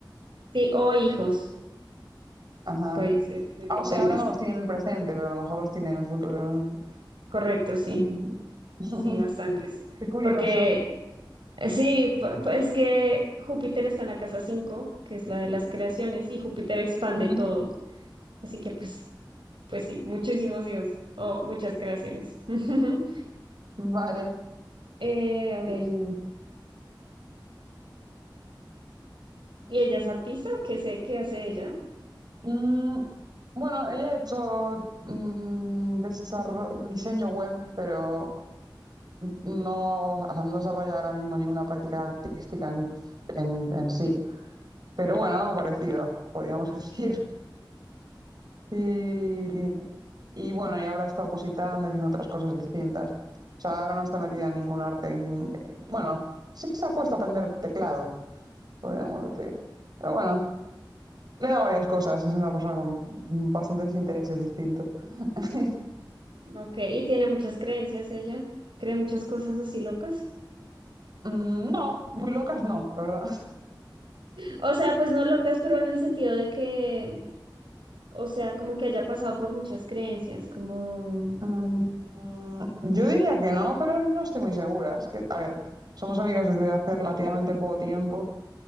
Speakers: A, on the right; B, on the right.
A: Sí, o hijos,
B: Ajá.
A: puede ser muy
B: Ah,
A: posible,
B: o sea, ahora no
A: sí.
B: los tiene en el presente, pero a lo mejor los tiene en el futuro. no sé.
A: Correcto, sí,
B: Mm. <laughs>
A: sí, bastantes.
B: Qué curioso.
A: Porque eh, sí, pu- pu- es que Júpiter está en la casa 5, que es la de las creaciones, y Júpiter expande
B: Ujú.
A: todo. Así que pues, pues sí, muchísimos dios o muchas creaciones. <laughs>
B: Vale.
A: Eh, a ver,
B: Y,
A: ¿y ella es artista o qué sé qué hace ella?
B: mm, bueno, ella ha hecho mm, desarro- diseño web, pero no, o sea, no desarrolla ahora mismo ninguna práctica artística en, en, en sí. Pero bueno, algo parecido, podríamos <laughs> decir. Y, y bueno, y ahora está opositando, haciendo otras cosas distintas. O sea, ahora no está metida en ningún arte. en- eh, bueno, sí que se ha puesto a aprender teclado, podríamos decir. Pero bueno, le da varias cosas. Es una persona con bastantes intereses distintos. <laughs>
A: Ok, y tiene muchas creencias ella. Cree muchas cosas así locas.
B: Mm, No, muy locas no, la verdad.
A: O sea, pues no locas, pero en el sentido de que, o sea, como que haya pasado por muchas creencias, como,
B: Mm, mm, Yo diría que no, pero no estoy muy segura. Es que, a ver, somos amigas desde hace relativamente poco tiempo.